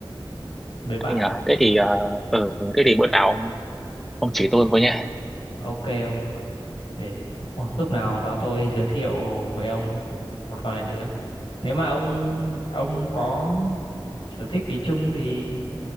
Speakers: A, on the left (about 75°); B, in the centre.
A: đứa bạn
B: anh à thế thì ờ, ừ, thế thì bữa nào ông ông chỉ tôi với nha
A: ok không để ờ, lúc nào đó tôi giới thiệu với ông một vài đứa nếu mà ông ông có sở thích gì chung thì